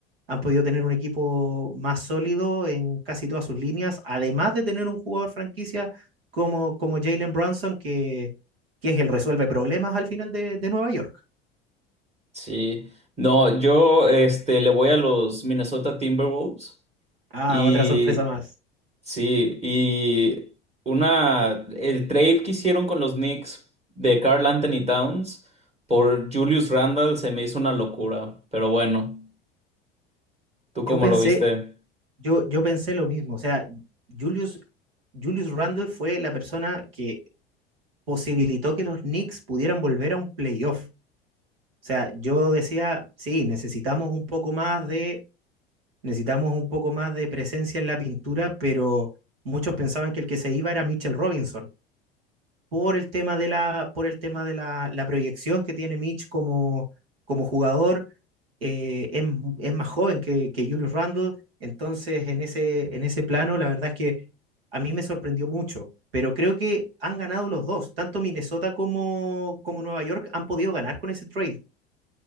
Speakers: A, on the right (about 70°); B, on the right (about 20°).
A: han podido tener un equipo más sólido en casi todas sus líneas, además de tener un jugador franquicia como, como Jalen Brunson, que, que es el resuelve problemas al final de, de Nueva York.
B: Sí. No, yo este, le voy a los Minnesota Timberwolves
A: Ah,
B: y
A: otra sorpresa más.
B: sí, y una, el trade que hicieron con los Knicks de Carl Anthony Towns por Julius Randle se me hizo una locura, pero bueno. ¿Tú cómo
A: Yo pensé,
B: lo viste?
A: yo, yo pensé lo mismo, o sea, Julius, Julius Randle fue la persona que posibilitó que los Knicks pudieran volver a un playoff. O sea, yo decía, sí, necesitamos un poco más de Necesitamos un poco más de presencia en la pintura, pero muchos pensaban que el que se iba era Mitchell Robinson, por el tema de la, por el tema de la, la proyección que tiene Mitch como, como jugador. Eh, es, es, más joven que, que Julius Randle, entonces en ese, en ese plano la verdad es que a mí me sorprendió mucho, pero creo que han ganado los dos, tanto Minnesota como, como Nueva York han podido ganar con ese trade.